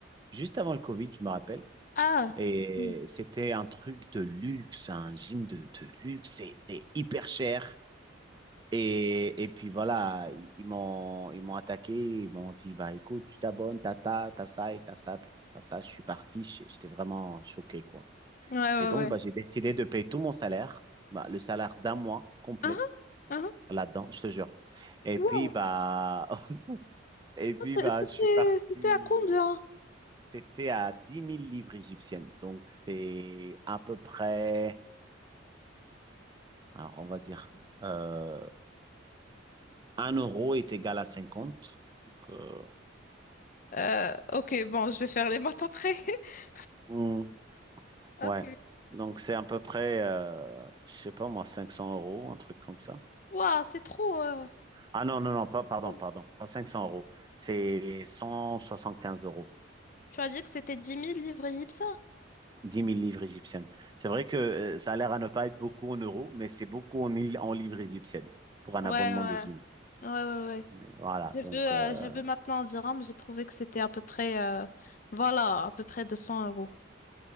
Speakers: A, on the right; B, on the left.
A: juste avant le Covid, je me rappelle.
B: Ah!
A: Et
B: Hmm.
A: c'était un truc de luxe, un gym de, de luxe. C'était hyper cher. Et, et puis voilà, ils m'ont, ils m'ont attaqué. Ils m'ont dit, bah écoute, tu t'abonnes, t'as ta, t'as ça et t'as ça, t'as ça. Je suis parti. J'étais vraiment choqué, quoi.
B: Ouais, ouais,
A: Et donc,
B: ouais.
A: bah, j'ai décidé de payer tout mon salaire, bah, le salaire d'un mois complet
B: Ah, ah, ah.
A: là-dedans, je te jure. Et
B: wow.
A: puis, bah, <laughs> et puis,
B: C'est-
A: bah,
B: C'était,
A: je suis parti.
B: c'était à combien?
A: C'était à dix mille livres égyptiennes. Donc, c'est à peu près, alors, on va dire, euh, 1 euro est égal à cinquante Donc, euh,
B: Euh, ok, bon, je vais faire les maths après. <laughs>
A: hmm,
B: Ok.
A: ouais. Donc, c'est à peu près, euh, je sais pas moi, 500 euros, un truc comme ça.
B: Waouh, c'est trop. euh.
A: Ah non, non, non, pas, pardon,
B: Ouh.
A: pardon, pas 500 euros. C'est 175 euros.
B: Tu as dit que c'était dix mille livres égyptiens?
A: 10 000 livres égyptiennes. C'est vrai que euh, ça a l'air à ne pas être beaucoup en euros, mais c'est beaucoup en, il- en livres égyptiennes pour un
B: Ouais,
A: abonnement
B: ouais.
A: de gym.
B: Ouais, ouais, ouais.
A: Mais voilà,
B: J'ai
A: donc
B: vu, euh,
A: euh,
B: j'ai vu maintenant en dirham, j'ai trouvé que c'était à peu près, euh, voilà, à peu près 200 euros.